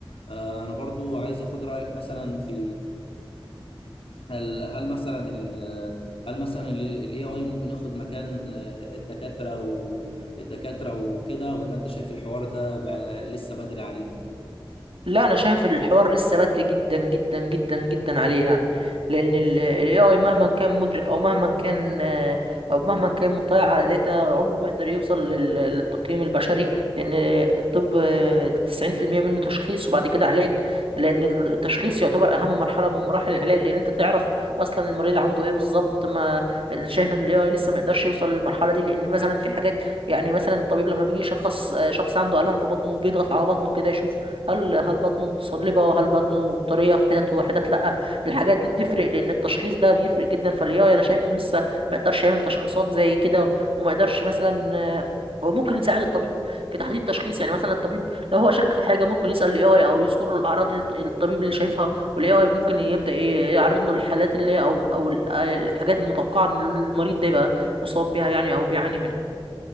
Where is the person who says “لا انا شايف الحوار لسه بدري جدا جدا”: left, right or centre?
Right